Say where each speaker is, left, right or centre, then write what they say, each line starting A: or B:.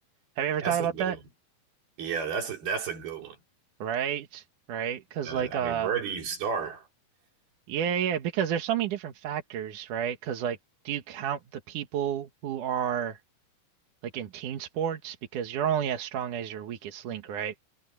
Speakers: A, on the right; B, on the right.
A: Have you ever
B: That's
A: thought about
B: a good
A: that?
B: one. Yeah, that's a that's a good one.
A: Right? right, because
B: Uh,
A: like
B: I
A: uh
B: mean, where do you start?
A: yeah, yeah, because there's so many different factors, right? Because like do you count the people who are like in team sports because you're only as strong as your weakest link, right?